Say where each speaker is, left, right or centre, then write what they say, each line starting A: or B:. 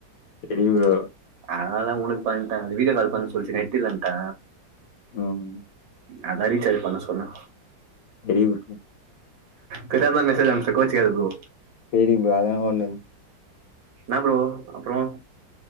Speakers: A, on the left; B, on the right.
A: சரி ப்ரோ
B: அதனாலா உனக்கு பண்ட்டே அது வீட்ட கால் பண்ண சொல்லிச்சு நெட்டு இலன்ட்ட
A: ம்
B: அதா ரீசார்ஜ் பண்ண சொன்னே
A: தெரியு ப்ரோ
B: தெரியாதா மெசேஜ் அனுச்ட்டே கோச்சுகாத ப்ரோ
A: செரி ப்ரோ அதானால ஒன்னுல்
B: என்ன பரோ அப்பறோ